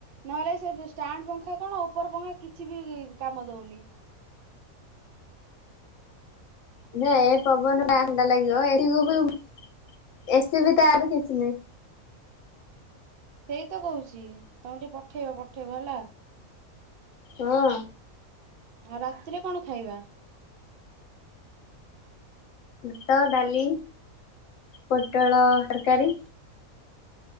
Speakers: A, on the right; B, on the left.
A: ନହେଲେ ସେ ଷ୍ଟାଣ୍ଡ ପଙ୍ଖା କଣ ଉପର ପଙ୍ଖା କିଛି ବି ଇ କାମ ଦଉନି।
B: ନା ଏ ପବନ ଥଣ୍ଡା ଲାଗିବ <unintelligible> ଏସ ବି ତ ଆରୁ କିଛି ନାହିଁ।
A: ସେଇ ତ କହୁଛି ତମେ ଟିକେ ପଠେଇବ ପଠେଇବ ହେଲା।
B: ହଁ।
A: ଆଉ ରାତିରେ କଣ ଖାଇବା?
B: ଭାତ, ଡାଲି, ପୋଟଳ ତରକାରୀ।